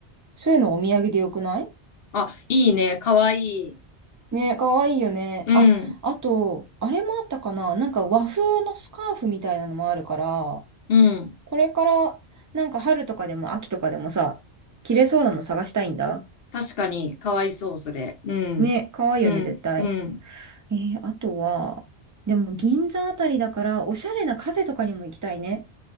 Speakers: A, on the right (about 30°); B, on the left (about 60°).
A: そういうのお土産でよくない
B: あ、いいね、かわいい。
A: ね、かわいいよね。
B: うん、
A: あ、あと、あれもあったかななんか和風のスカーフみたいなのもあるから、
B: うん。
A: これから、なんか春とかでも秋とかでもさ、着れそうなの探したいんだ。
B: 確かに、かわいそう、それ。うん。
A: ね、かわいいよね、
B: うん、
A: 絶対。
B: うん。
A: えー、あとは、でも銀座あたりだから、おしゃれなカフェとかにも行きたいね。